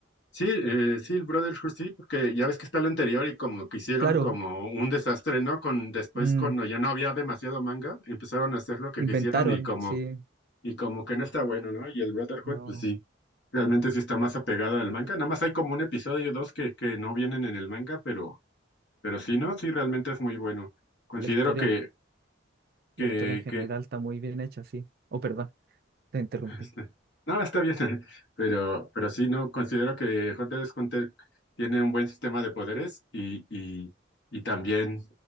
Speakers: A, on the left; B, on the right.
A: Sí, eh, sí, el Brotherhood sí, porque ya ves que está el anterior y como que hicieron
B: Claro,
A: como un desastre, ¿no? Con después
B: mm,
A: cuando ya no había demasiado manga, empezaron a hacer lo que
B: inventaron,
A: quisieron y como
B: sí,
A: y como que no está bueno, ¿no? Y el Brotherhood,
B: no,
A: pues sí, realmente sí está más apegado al manga. Nada más hay como un episodio o dos que, que no vienen en el manga, pero, pero sí, ¿no? Sí, realmente es muy bueno. Considero
B: la historia,
A: que, que,
B: la historia en general
A: que
B: está muy bien hecha, sí. Oh, perdón, te interrumpí.
A: Este, No, está bien, <laughs> pero, pero sí, no, considero que Hunter x Hunter tiene un buen sistema de poderes y, y, y también